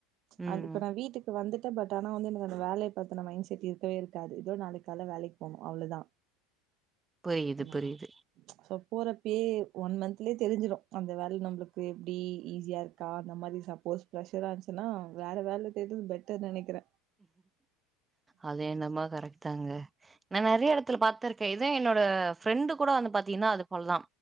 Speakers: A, on the right (about 20°); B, on the right (about 55°).
A: ம்
B: அது இப்ப
A: ம்.
B: நா வீட்டுக்கு வந்துட்ட பட் ஆனா வந்து எனக்கு அந்த வேல பத்தன மைண்ட் செட் இருக்கவே இருக்காது இதோ நாளைக்கு காலைல வேலைக்கு போணு அவ்ளோதா
A: புரியுது
B: நா
A: புரியுது
B: சோ போறப்பேயே ஒன் மந்த்லயே தெரிஞ்சிரு அந்த வேல நம்மளுக்கு எப்டி ஈஸியா இருக் க்கா அந்த மாரி சப்போஸ் ப்ரெஷரா இருந்துச்சுன்னா வேற வேல தேட்றது பெட்டர்னு நெனைக்கிற
A: அது என்னமோ கரெக்ட் கரெக்ட்தாங்க நா நறைய எடத்துல பாத்திருக்கே இதே என்னோட ஃப்ரெண்டு கூட வந்து பாத்தீனா அது போலதா